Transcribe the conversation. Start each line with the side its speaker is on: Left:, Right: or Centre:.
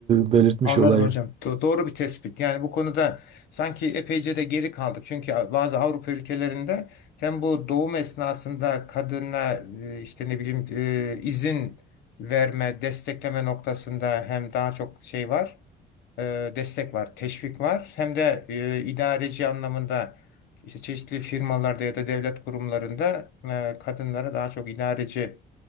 Right: e, belirtmiş
Left: Anladım
Right: olayım.
Left: hocam. Do- doğru bir tespit. Yani bu konuda sanki epeyce de geri kaldık. Çünkü bazı Avrupa ülkelerinde hem bu doğum esnasında kadına e, işte ne bileyim e, izin verme, destekleme noktasında hem daha çok şey var. e, destek var, teşvik var. Hem de e, idareci anlamında işte çeşitli firmalarda ya da devlet kurumlarında e, kadınlara daha çok idareci